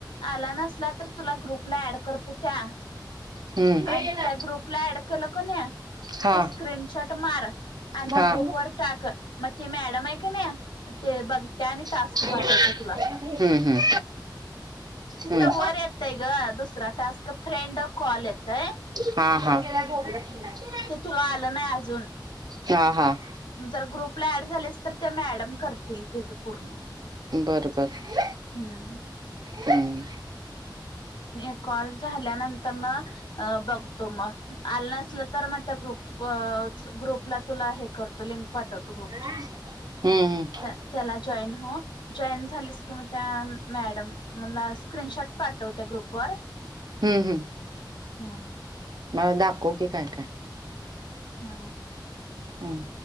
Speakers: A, on the left (about 80°); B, on the right (about 55°).
A: आला नसला तर, तुला ग्रुपला ऍड करतो त्या
B: हम्म
A: आणि त्या ग्रुप ग्रुपला ॲड केलो कणी,
B: हा
A: ते स्क्रीनशॉट मार.
B: हा
A: आणि त्या ग्रुपवर टाक, मग ति मॅडम आहे कणी ते बघते टास्क
B: हम्म
A: पाठवत तुला.
B: हम्म हम्म.
A: तिथं
B: हम्म
A: वर येतय ग दुसरा टास्क फ्रेंड कॉल येतय
B: हा हा. <unintelligible>
A: ते तुला आलं नाही अजून.
B: हा, हा
A: जर ग्रुपला ऍड झालेस, तर त्या मॅडम करतील तुझं पूर्ण.
B: बरं - बरं
A: हम्म
B: हम्
A: मी, एक कॉल झाल्यानंतर न अ बघतो म, आलं नसलं तर म त्या ग्रुप व च ग्रुपला तुला, हे करतो लिंक पाठवतो गुप
B: हम्म - हम्म
A: त्याला जॉईंट हो, जॉईन झालीस, की त्या मॅडमला स्क्रीन शॉट पाठव त्या ग्रुपवर,
B: हम्म हम्म
A: हम्म
B: मला दाखव की काय - काय?
A: हा
B: हम्म